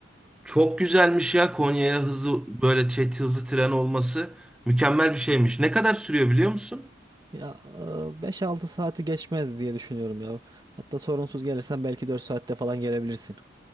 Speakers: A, in the centre; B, on the right (about 20°).
A: Çok güzelmiş ya Konya'ya hızlı böyle çet hızlı tren olması. Mükemmel bir şeymiş. Ne kadar sürüyor biliyor musun?
B: Ya e, 5-6 saati geçmez diye düşünüyorum ya. Hatta sorunsuz gelirsen belki 4 saatte falan gelebilirsin.